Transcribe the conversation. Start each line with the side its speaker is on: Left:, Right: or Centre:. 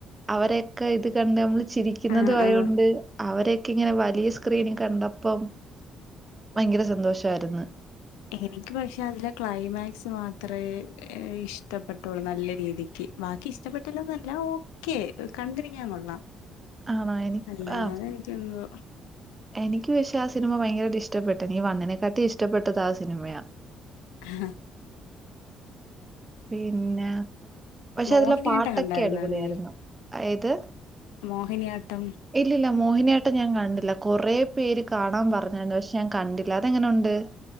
Right: അവരെയൊക്കെ ഇത് കണ്ട് നമ്മള് ചി ചിരിക്കുന്നതും
Left: ആഹ്
Right: ആയോണ്ട്
Left: ആഹ്
Right: അവരൊക്കെ ഇങ്ങനെ വലിയ സ്ക്രീനി കണ്ടപ്പം ഭയങ്കര സ സന്തോഷ ആയിര്ന്ന്.
Left: എനിക്ക് പക്ഷെ അതിലെ ക്ലൈമാക്സ് മാത്രമേ ഇഷ്ടപ്പെട്ടുള്ളു നല്ല രീതിക്ക് ബാക്കി ഇഷ്ടപ്പെട്ടില്ലന്നല്ല ഓക്കെ കണ്ടിരിക്കാൻ കൊള്ളാം
Right: ആണോ എനി
Left: അല്ലാതെ
Right: ആഹ്
Left: എനിക്കെന്തോ
Right: എനിക്ക് പക്ഷേ ആ സിനിമ ഭയങ്കരമായിട്ട് ഇഷ്ടപ്പെട്ടെനി വണ്ണിനെക്കാട്ടി ഇഷ്ടപ്പെട്ടത് ആ സിനിമയാണ്
Left: ആഹ്
Right: പിന്നെ പക്ഷെ
Left: മോഹിനിയാട്ടം
Right: അതില പാട്ടൊക്കെ
Left: കണ്ടായിരുന്നാ
Right: അടിപൊളിയ
Left: നീ
Right: ആയിരുന്നു ഏത്
Left: മോഹിനിയാട്ടം
Right: ഇല്ലില്ല. മോഹിനിയാട്ടം ഞാൻ കാണ്ടില്ല കുറെ പേര് കാണാൻ പറഞ്ഞരുന്നു പക്ഷെ ഞാൻ കണ്ടി അല്ലാതെങ്ങനെ ഉണ്ട്